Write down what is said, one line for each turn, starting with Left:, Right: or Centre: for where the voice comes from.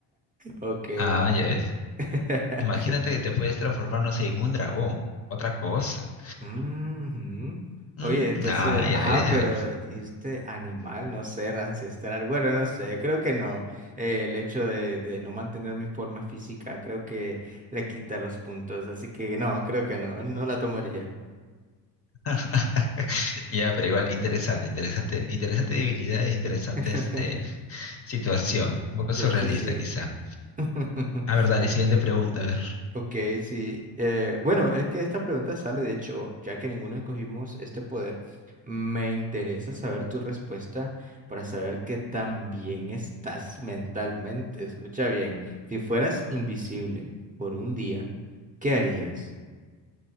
Right: Ok.
Left: Ah, ya ves.
Right: <laughs>
Left: Imagínate que te puedes transformar, no sé, en un dragón, otra cosa.
Right: Ujú.
Left: Mm,
Right: Oye, entonces,
Left: ah, ya
Right: ah,
Left: ves, ya
Right: pero
Left: ves.
Right: dijiste animal, no ser ancestral. Bueno, no sé, creo que no. Eh, el hecho de, de no mantener mi forma física, creo que le quita los puntos. Así que no, creo que no, no la tomaría.
Left: <laughs> Ya, pero igual interesante, interesante, interesante debilidad, e interesante
Right: <laughs>
Left: este, situación, un poco surrealista
Right: De hecho, sí.
Left: quizá.
Right: <laughs>
Left: A ver, dale, siguiente pregunta, a ver.
Right: Ok, sí. Eh, bueno, es que esta pregunta sale, de hecho, ya que ninguno escogimos este poder, me interesa saber tu respuesta para saber qué tan bien estás mentalmente. Escucha bien, si fueras invisible por un día, ¿qué harías?